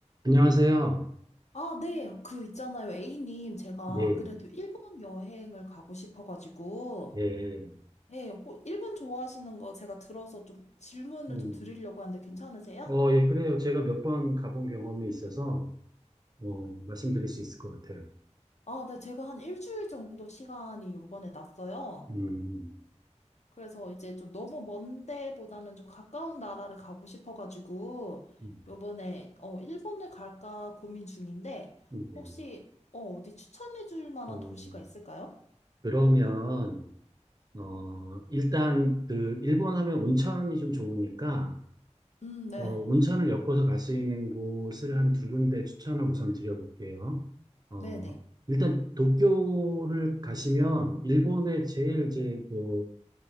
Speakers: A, on the right; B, on the left.
A: 안녕하세요.
B: 아, 네. 그 있잖아요. A님, 제가
A: 네,
B: 안 그래도 일본 여행을 가고 싶어가지고,
A: 예.
B: 네, 호- 일본 좋아하시는 거 제가 들어서 좀 질문을
A: 음,
B: 좀 드리려고 하는데 괜찮으세요?
A: 어, 예, 그래요. 제가 몇 번 가본 경험이 있어서, 어, 말씀드릴 수 있을 것 같아요.
B: 아, 네. 제가 한 일주일 정도 시간이 요번에 났어요.
A: 음,
B: 그래서 이제 좀 너무 먼 데보다는 좀 가까운 나라를 가고 싶어가지고,
A: 음,
B: 요번에, 어, 일본을 갈까 고민 중인데,
A: 네.
B: 혹시, 어, 어디 추천해 줄 만한
A: 어,
B: 도시가 있을까요?
A: 그러면, 어, 일단, 그, 일본 하면 온천이 좀 좋으니까,
B: 음, 네.
A: 어, 온천을 엮어서 갈 수 있는 곳을 한 두 군데 추천을 우선 드려볼게요. 어,
B: 네네.
A: 일단, 도쿄를 가시면, 일본의 제일 이제, 그